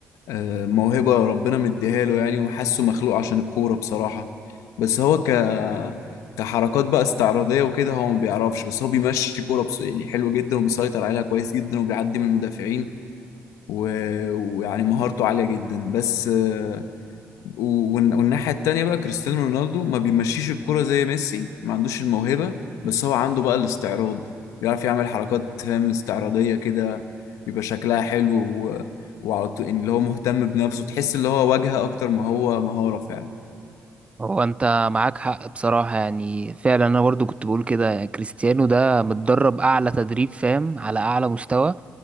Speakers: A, on the left; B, on the right.
A: آه، موهبة ربنا مديها له يعني وحاسه مخلوق عشان الكورة بصراحة بس هو ك كحركات بقى استعراضية وكده هو ما بيعرفش بس هو بيمشي كورة بس يعني حلو جدا وبيسيطر عليها كويس جدا وبيعدي من المدافعين و- ويعني مهارته عالية جدا بس آه، و- والن- والناحية التانية بقى كريستيانو رونالدو ما بيمشيش الكرة زي ميسي ما عندوش الموهبة بس هو عنده بقى الاستعراض بيعرف يعمل حركات فاهم استعراضية كده بيبقى شكلها حلو و... وعلى طول إن اللي هو مهتم بنفسه تحس اللي هو واجهة أكتر ما هو مهارة فعلا
B: هو انت معاك حق بصراحة يعني فعلا انا برضو كنت بقول كده يعني كريستيانو ده متدرب اعلى تدريب فاهم على اعلى مستوى